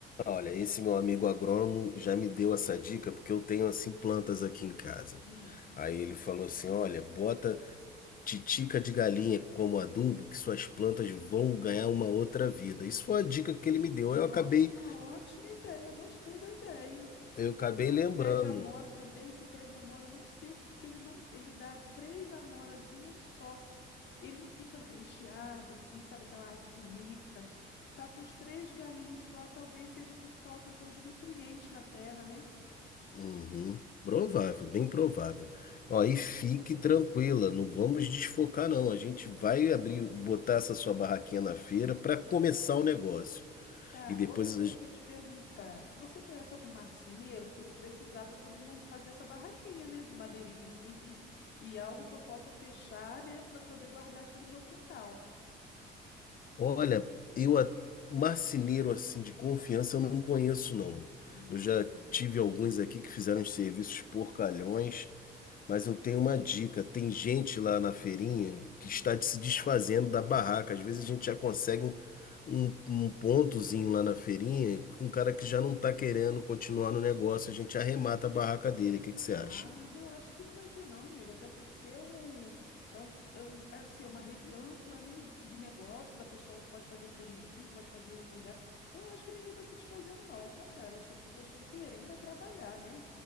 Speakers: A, on the left; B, on the left.
A: Olha, esse meu amigo agrônomo já me deu essa dica porque eu tenho assim plantas aqui em casa.
B: Hum.
A: Aí ele falou assim: "Olha, bota titica de galinha como adubo que suas plantas vão ganhar uma outra vida". Isso foi uma dica que ele me deu.
B: Nossa,
A: Eu acabei
B: uma ótima ideia. Eu gostei da ideia.
A: eu acabei
B: Eu tô
A: lembrando.
B: com pé de amora também. Esse pé de amora, eu não sei o porquê ele não, ele dá três amorazinhas só. Ele não fica recheado assim, sabe aquela árvore bonita. Tá com os três galinhos só, talvez seja por falta então de nutriente na terra, né?
A: Uhum, provável, bem provável. Ó, e fique tranquila, não vamos desfocar não. A gente vai abrir, botar essa sua barraquinha na feira para começar o negócio.
B: Tá,
A: E depois
B: outra coisa que eu ia te perguntar. Você conhece algum marceneiro? Porque eu vou precisar para poder mon- fazer essa barraquinha, né, de madeirinha assim, de- e algo que eu possa fechar, né, para poder guardar aqui no meu quintal.
A: Olha, eu a- marceneiro assim de confiança eu não conheço não.
B: Hum,
A: Eu já tive alguns aqui que fizeram uns serviços porcalhões, mas eu tenho uma dica. Tem gente lá na feirinha que
B: hum.
A: está se desfazendo da barraca. Às vezes a gente já consegue um, um- um pontozinho lá na feirinha com um cara que já não está querendo continuar no negócio. A gente arremata a barraca dele. O que que você
B: Ah,
A: acha?
B: mas eu acho que não vai ter não, amigo, até porque é um, é um, é um, é, assim, é uma rede ampla, né, de negócios, a pessoa pode fazer feirinha aqui, pode fazer em outro lugar. Eu acho que ninguém está se desfazendo não, ao contrário, acho que as pessoas estão querendo é trabalhar, né?